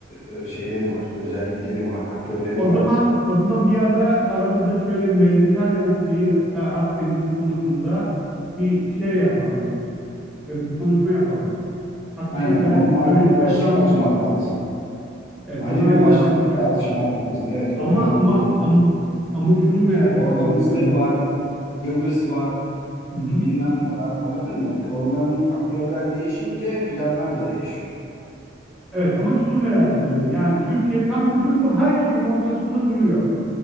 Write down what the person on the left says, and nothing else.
e, şeyleri var, özellikleri var, aktörleri
var.
Aynen onu
ayrı
bir başlık
açmak
lazım.
Ayrı
bir
başlıkta
tartışmak
lazım. Evet
oranın
konusu.
Orada
Mısır
var, Kıbrıs var,
bilmem ne var. Anladın mı? Onların aktörler değişince planlar da değişiyor.